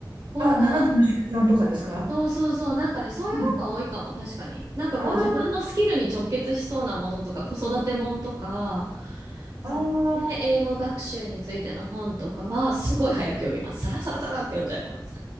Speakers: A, on the right (about 50°); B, on the right (about 70°).
A: 方が
B: あ7つの習慣とかですか
A: そうそうそう。なんかね、そういう方が多いかも、
B: うん
A: 確かに。なんかこう自分のスキルに直結しそうなものとか、
B: あー
A: 子育て本とか、そのね、
B: あー、
A: 英語学習についての本とかは、すごい早く読みます。サラサラサラって読んじゃいます。